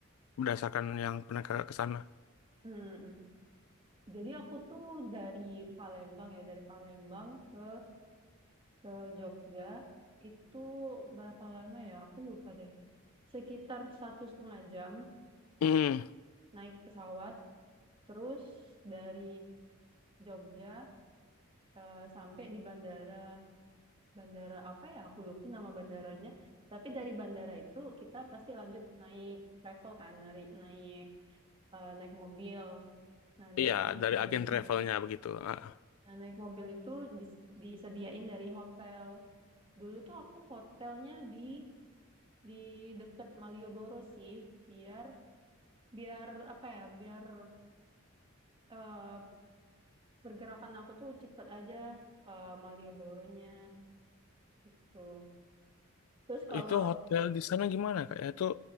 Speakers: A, on the left; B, on the right.
A: Berdasarkan yang pernah kakak ke sana.
B: Mm, mm. Jadi aku tuh dari Palembang ya, dari Palembang ke ke Jogja itu berapa lama ya? Aku lupa deh. Sekitar satu setengah jam
A: Hmm,
B: naik pesawat, terus dari Jogja eh, sampai di bandara bandara apa ya? Aku lupa nama bandaranya. Tapi dari bandara itu kita pasti lanjut naik travel kan, naik naik eh, naik mobil. Nah, dari
A: iya
B: naik
A: dari
B: mobil
A: agen
B: itu,
A: travelnya begitu. Ah,
B: nah, naik mobil itu dis- disediain dari hotel. Dulu tuh aku hotelnya di di deket Malioboro sih, biar biar apa ya, biar eh, pergerakan aku tuh cepet aja ke Malioboronya gitu. Terus kalau
A: itu hotel di sana gimana kak ya? Itu